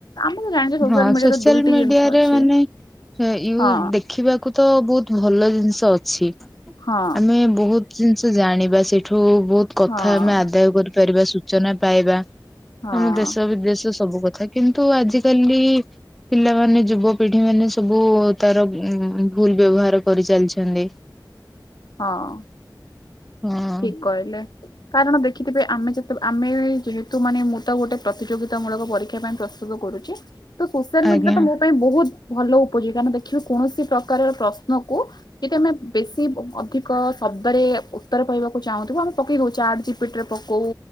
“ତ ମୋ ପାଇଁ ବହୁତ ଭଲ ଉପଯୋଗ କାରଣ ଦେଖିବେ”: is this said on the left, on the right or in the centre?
Left